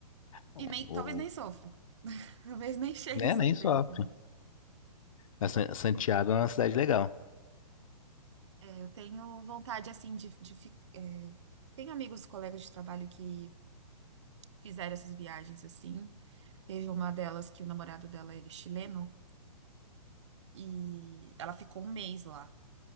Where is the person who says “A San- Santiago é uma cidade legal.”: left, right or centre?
Left